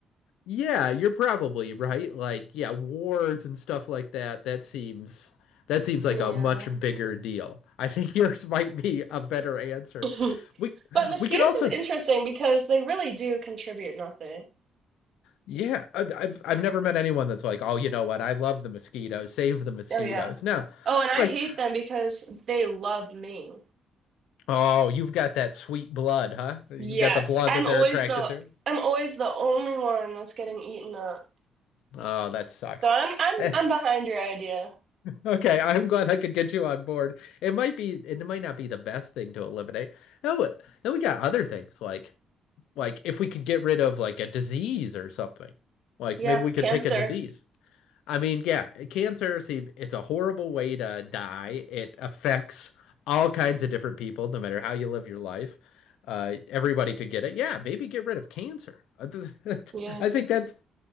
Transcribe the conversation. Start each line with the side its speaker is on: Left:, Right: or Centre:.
Left: yeah, you're probably right. Like, yeah, wars and stuff like that. That seems that seems like
Right: Yeah.
Left: a much bigger deal. I think <laughs> yours might be a better answer.
Right: <laughs>
Left: We
Right: But mosquitoes
Left: we could also
Right: is interesting because they really do contribute nothing.
Left: Yeah, I- I've I've never met anyone that's like, oh, you know what? I love the mosquitoes. Save the mosquitoes.
Right: Oh, yeah.
Left: No,
Right: Oh, and I
Left: like,
Right: hate them because they love me.
Left: oh, you've got that sweet blood, huh? You've
Right: Yes,
Left: got the blood
Right: I'm
Left: that they're
Right: always
Left: attracted
Right: the
Left: to.
Right: I'm always the only one that's getting eaten up.
Left: Oh, that sucks.
Right: So I'm
Left: <laughs>
Right: I'm
Left: Eh,
Right: I'm behind your idea.
Left: Okay, I'm glad I could get you on board. It might be, it might not be the best thing to eliminate. No, uh, then we got other things like like if we could get rid of like a disease or something. Like
Right: Yeah,
Left: maybe we could
Right: cancer.
Left: pick a disease. I mean, yeah, cancer, see, it's a horrible way to die. It affects all kinds of different people, no matter how you live your life. Uh, everybody could get it. Yeah, maybe get rid of cancer. <laughs> I
Right: Yeah.
Left: think that's